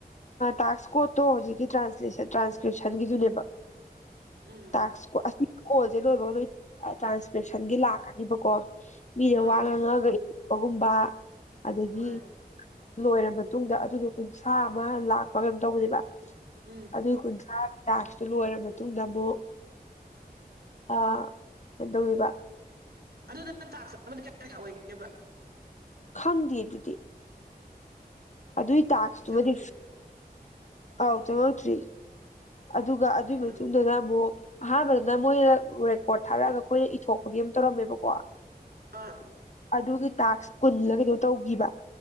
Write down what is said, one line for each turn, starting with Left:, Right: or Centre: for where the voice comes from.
Left: ꯇꯥꯛꯁ ꯀꯣꯠꯇꯣ ꯍꯧꯖꯤꯛꯀꯤ ꯇ꯭ꯔꯥꯟꯂꯦꯁꯟ ꯇ꯭ꯔꯥꯟꯁꯀ꯭ꯔꯤꯞꯁꯟꯒꯤꯖꯅꯦꯕ
Right: ꯎꯝ
Left: ꯇꯁ ꯑꯁꯤ ꯀꯣꯜꯁꯦ ꯂꯣꯏꯕ ꯅꯣꯏ ꯇ꯭ꯔꯥꯟꯁꯀ꯭ꯔꯤꯞꯁꯟꯒꯤ ꯂꯥꯛꯀꯅꯤꯕꯀꯣ ꯃꯤꯗ
Right: ꯑꯥ
Left: ꯋꯥ ꯉꯥꯡꯉꯒ ꯏꯄꯒꯨꯝꯕ ꯑꯗꯒꯤ
Right: ꯍꯣꯏ
Left: ꯂꯣꯏꯔ ꯃꯇꯨꯡꯗ ꯑꯗꯨꯗꯣ ꯀꯨꯟꯊ꯭ꯔꯥ ꯑꯃ ꯂꯥꯛꯄ ꯀꯩꯅꯣ ꯇꯧꯕꯅꯦꯕ
Right: ꯎꯝ
Left: ꯑꯗꯨꯒꯤ ꯀꯨꯟꯊ꯭ꯔꯥ ꯇꯥꯛꯁꯇꯨ ꯂꯣꯏꯔ ꯃꯇꯨꯡꯗ ꯑꯃꯨꯛ ꯑ ꯀꯩꯅꯣ ꯇꯧꯕ <unintelligible>
Right: ꯑꯗꯨꯗ ꯇꯥꯛ ꯆꯕꯗ ꯀꯌꯥ ꯀꯌꯥ ꯑꯣꯏꯒꯦꯕ <inaudible>
Left: ꯈꯪꯗꯦ ꯑꯗꯨꯗꯤ ꯑꯗꯨꯏ ꯇꯥꯛꯁꯇꯨꯃꯗꯤ
Right: ꯆꯪꯉꯛꯇꯣꯏꯅꯦ
Left: ꯑꯥꯎ ꯆꯉꯧꯛꯇ꯭ꯔꯤ <unintelligible> ꯑꯗꯨꯒ ꯑꯗꯨꯒꯤ
Right: ꯑꯥ
Left: ꯃꯇꯨꯡꯗꯅ ꯑꯃꯨꯛ ꯑꯍꯥꯟꯕꯗꯅ ꯃꯣꯏꯅ ꯔꯦꯀꯣꯔꯠ ꯊꯥꯔꯛꯑꯒ ꯑꯩꯈꯣꯏꯅ ꯏꯊꯣꯛ ꯑꯩꯒꯤ ꯑꯃ ꯇꯧꯔꯝꯃꯦꯕꯀꯣ
Right: ꯑꯥ
Left: ꯑꯗꯨꯒꯤ ꯇꯥꯛꯁ ꯀꯨꯜꯂ ꯀꯩꯅꯣ ꯇꯧꯈꯤꯕ